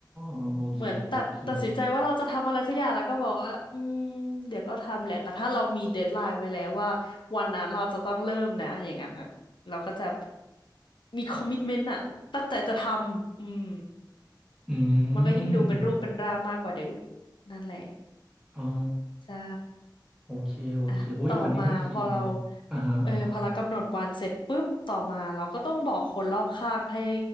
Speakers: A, in the centre; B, on the left.
A: เออโอเคโอเค
B: เหมือนตัดตัดสินใจว่าเราจะทำอะไรสักอย่างแล้วก็บอกว่าอืมเดี๋ยวก็ทำแหละแต่ถ้าเรามีเดดไลน์ไว้แล้วว่าวันนั้นเราจะต้องเริ่มนะอย่างนั้นอะเราก็จะมีคอมมิ t เมนต์อะตั้งใจจะทำอืม
A: อื
B: มันก็ยิ่งดูเป็นรูปเป็นร่างมากกว่าเดิม
A: ม
B: นั่นแหละ
A: อ๋อ
B: ใช่
A: โอเคโอเคโอ้ยอันนี้ไม่คิดเลยอ่าฮะอ่าฮะ
B: อ่ะต่อมาพอเราเออพอเรากำหนดวันเสร็จปุ๊บต่อมาเราก็ต้องบอกคนรอบข้างให้